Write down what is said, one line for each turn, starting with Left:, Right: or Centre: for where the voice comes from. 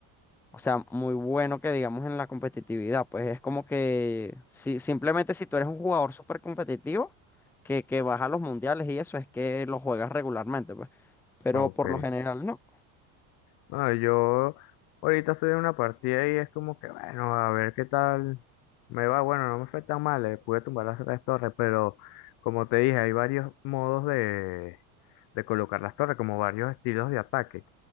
Centre: o sea, muy bueno que digamos en la competitividad. Pues es como que si, simplemente si tú eres un jugador súper competitivo, que, que vas a los mundiales y eso es que lo juegas regularmente, pues. Pero
Left: ok.
Centre: por lo general no.
Left: Bueno, yo ahorita estoy en una partida y es como que, bueno, a ver qué tal me va. Bueno, no me fue tan mal, le pude tumbar las tres torres, pero como te dije, hay varios modos de de colocar las torres, como varios estilos de ataque.